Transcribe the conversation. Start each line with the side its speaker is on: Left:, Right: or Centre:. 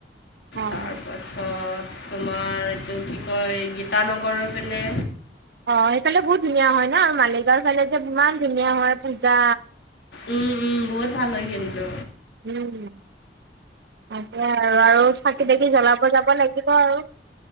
Right: অ'।
Left: তাৰপাছত তোমাৰ এইটো কি কয় ইটা নগৰৰ পিনে।
Right: অ', সেইফালে বহুত ধুনীয়া হয় ন'। আৰু মালিগাঁওৰ ফালে যে ইমান ধুনীয়া হয় পূজা।
Left: উম, উম, বহুত ভাল হয় কিন্তু।
Right: উম, উম। তাকে আৰু, আৰু চাকি তাকি জ্বলাব যাব লাগিব আৰু।